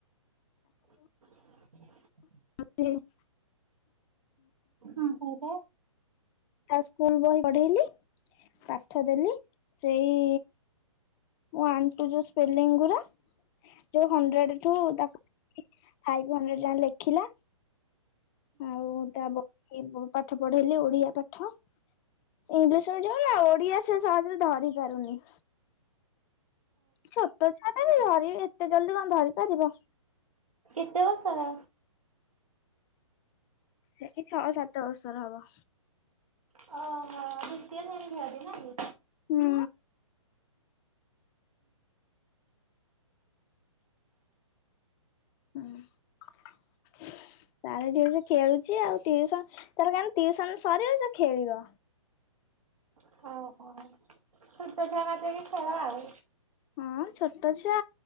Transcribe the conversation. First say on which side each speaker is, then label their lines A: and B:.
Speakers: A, on the right; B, on the left.
A: <inaudible>
B: <unintelligible>
A: କଁ କହିଲ?
B: ତା ସ୍କୁଲ ବହି ପଢେଇଲି ପାଠ ଦେଲି ସେଇ ୱାନ ଟୁ ଯୋଉ ସ୍ପେଲିଙ୍ଗ ଗୁରା ଯୋଉ ହଣ୍ଡ୍ରେଡ ଠୁତା ଫାଇଭ ହଣ୍ଡ୍ରେଡ ଯାଙ୍କେ ଲେଖିଲା ଆଉ ତା ବହି ପାଠ ପଢେଇଲି ଓଡିଆ ପାଠ। ଇଂଲିଶ ମିଡିୟମ ନା ଓଡ଼ିଆ ସେ ସହଜରେ ଧରି ପାରୁନି। ଛୋଟ ଛୁଆଟା ଧରି ଏତେ ଜଲଦି କଁ ଧରି ପାରିବ?
A: କେତେ ବର୍ଷ ର?
B: ସେଇ ଛଅ ସାତ ବର୍ଷର ହବ।
A: ଅ ହ। ଦିତୀୟ ସେଣି ଛୁଆ ଟେ ନା। କି?
B: ହୁଁ। ଉଁ। ତାର ଏଠି ବସି ଖେଳୁଛି ଆଉ ଟିଉସନ ତାରଖାଲି ଟିଉସନ ସରିବ ସେ ଖେଳିବ।
A: ହ ହ। ତାର ଯାଇକି ଖେଳ ଆଉ।
B: ହଁ ଛୋଟ ଛୁଆ।